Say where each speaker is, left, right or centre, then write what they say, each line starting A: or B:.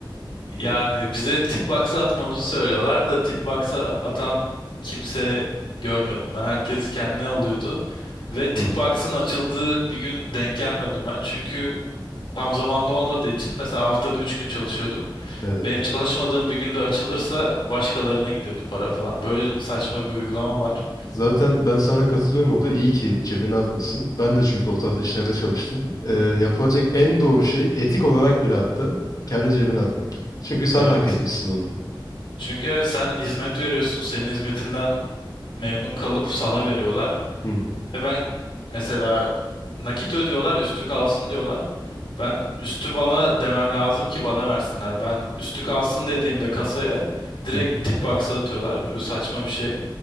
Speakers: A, on the left; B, on the left.
A: Yani bize tip box'a atmamızı söylüyorlar da tip box'a atan kimse görmedim. Ben herkes kendine alıyordu. Ve tip
B: Hı hı.
A: box'ın açıldığı bir gün denk gelmedim ben. Çünkü tam zamanda olmadığı için mesela haftada 3 gün çalışıyordum.
B: Evet.
A: Benim çalışmadığım bir günde açılırsa başkalarına gidiyordu para falan. Böyle saçma bir uygulama var.
B: Zaten ben sana katılıyorum orada. İyi ki cebine atmışsın. Ben de çünkü o tarz işlerde çalıştım. Ee, yapılacak en doğru şey etik olarak bile hatta kendi cebine atmak. Çünkü sen
A: Evet.
B: hak etmişsin onu.
A: Çünkü evet sen hizmet veriyorsun. Senin hizmetinden memnun kalıp sana veriyorlar.
B: Hı hı.
A: Ve ben mesela nakit ödüyorlar, üstü kalsın diyorlar. Ben üstü bana demem lazım ki bana versinler. Ben üstü kalsın dediğimde kasaya direkt
B: Hı hı.
A: tip box'a atıyorlar. Böyle saçma bir şey.